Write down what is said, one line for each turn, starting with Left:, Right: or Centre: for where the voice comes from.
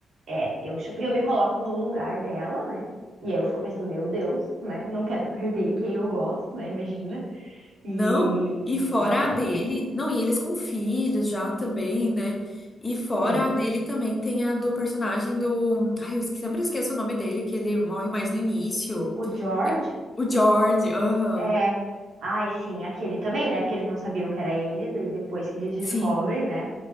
Right: É, eu, cho- porque eu me coloco no lugar dela, né? E aí eu fico pensando, meu Deus, né? Não quero <laughs> perder quem eu gosto, né? Imagina. E
Left: Não, e fora
Right: não,
Left: a
Right: não,
Left: dele,
Right: não tem como.
Left: não, e eles com filhos já também, né? E fora
Right: Sim,
Left: a dele também tem a do personagem do. Ai, eu esque- sempre esqueço o nome dele, que ele morre mais no início.
Right: o George
Left: E- O George, aham,
Right: é. Ai, sim, aquele também, né? Porque eles não sabiam que era ele, daí depois que eles descobrem,
Left: sim.
Right: né?